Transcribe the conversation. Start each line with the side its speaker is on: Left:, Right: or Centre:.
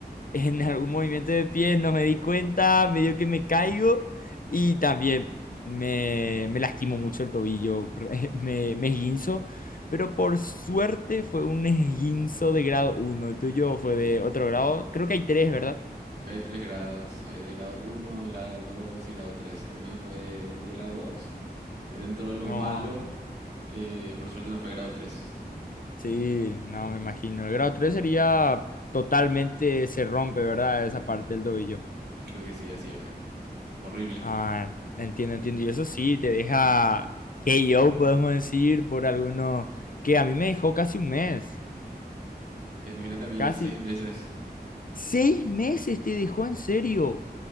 Left: en algún movimiento de pies, no me di cuenta, medio que me caigo y también me, me lastimo mucho el tobillo, <laughs> me, me esguinzo, pero por suerte fue un esguinzo de grado uno el tuyo fue de otro grado, creo que hay tres, ¿verdad?
Right: Sí, hay tres grados, hay de grado uno grado 2 y grado tres El mío fue de grado 2 dentro de lo
Left: No,
Right: malo, eh, por suerte no fue grado tres,
Left: sí, no me imagino, el grado 3 sería totalmente, se rompe, ¿verdad? Esa parte del tobillo.
Right: Creo que sí, así era. Horrible.
Left: Ah, entiendo, entiendo. Y eso sí, te deja KO, podemos decir, por algunos, que a mí me dejó casi un mes,
Right: Te Imagínate a mí,
Left: casi
Right: seis meses.
Left: seis meses te dejó en serio.